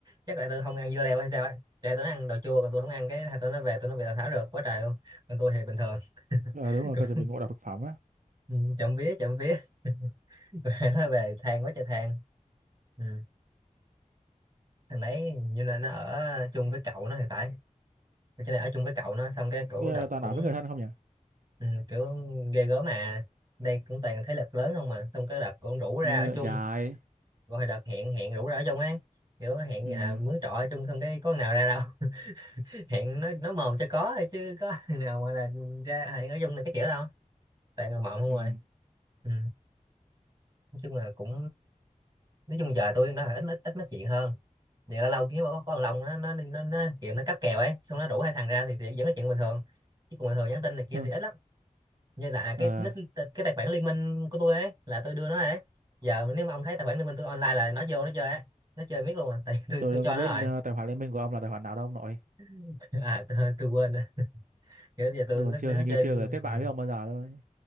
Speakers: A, on the right (about 30°); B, on the right (about 75°).
A: chắc là tôi không ăn dưa leo hay sao ấy chạy tụi nó ăn đồ chua còn tôi không ăn cái hai tụi nó về tụi nó bị tào tháo rượt quá trời luôn còn tôi thì bình thường
B: ờ đúng
A: <laughs>
B: rồi coi chuẩn bị ngộ độc thực phẩm á
A: Ừ, trộm vía trộm vía <laughs> rồi nó về than quá trời than ừ. thằng đấy như là nó ở chung với cậu nó thì phải cái này ở chung với cậu nó xong cái cổ
B: ghê
A: đợt
B: vậy toàn
A: cũng
B: ở với người thân không nhỉ
A: ừ, kiểu ghê gớm mà đây cũng toàn thế lực lớn không mà xong cái đợt cũng rủ ra
B: ghê
A: ở chung
B: vậy trời
A: rồi đợt hẹn hẹn rủ ra ở chung ấy kiểu hẹn
B: ừ
A: à, mướn trọ ở chung xong cái có nào ra đâu <laughs> hẹn nó nó mồm cho có thôi chứ có <laughs> nào mà là ra hẹn ở chung này cái kiểu đâu toàn là mộng không
B: ừ
A: rồi ừ. nói chung là cũng nói chung giờ tôi nó ít ít ít nói chuyện hơn thì ở lâu kiếm có con lòng nó nó nó, nó kiểu nó cáp kèo ấy xong nó đủ hai thằng ra thì, thì vẫn nói chuyện bình thường chứ còn bình thường nhắn tin này kia
B: Hừ.
A: thì ít lắm như là à,
B: ờ
A: cái nick cái tài khoản liên minh của tôi ấy là tôi đưa nó rồi đấy giờ nếu mà ông thấy tài khoản liên minh tôi online là nó vô nó chơi ấy nó chơi miết luôn à <laughs> tại tôi
B: tôi
A: tôi
B: đâu
A: cho
B: có biết
A: nó rồi
B: ờ, tài khoản liên minh của ông là tài khoản nào đâu ông nội
A: <laughs> à tôi, tôi quên rồi kiểu giờ tôi
B: tôi
A: nó,
B: còn chưa
A: nó
B: hình như
A: chơi
B: chưa kết bạn
A: ừ.
B: với ông bao giờ đâu đấy.